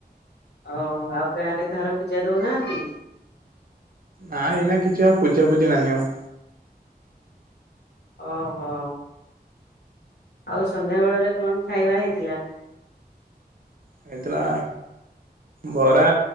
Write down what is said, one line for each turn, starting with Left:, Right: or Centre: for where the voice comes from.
Left: ଓହୋ ଆଉ ଗାଁ ରେ କାହାର ପୂଜା ଦଉନାହାନ୍ତି।
Right: ନାଇଁ ଏଇନା କିଛି ଆଉ ପୂଜାପୂଜି ନାହିଁ ଆଉ।
Left: ଓହୋ ଆଉ ସନ୍ଧ୍ୟା ବେଳରେ କଣ ଖାଇବା ହେଇଥିଲା?
Right: ହେଇଥିଲା ବରା,